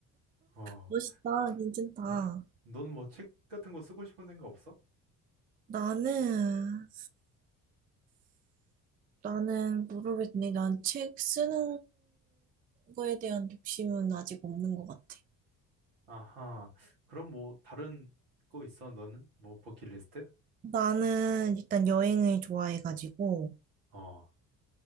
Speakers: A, on the right; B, on the right.
A: 어
B: 멋있다.
A: 그-
B: 괜찮다.
A: 너, 너는 뭐 책 같은 거 쓰고 싶은 생각 없어?
B: 나는, 나는 모르겠네. 난 책 쓰는 거에 대한 욕심은 아직 없는 것 같아.
A: 아하 그럼 뭐 다른 거 있어 너는 뭐 버킷리스트?
B: 나는 일단 여행을 좋아해가지고,
A: 어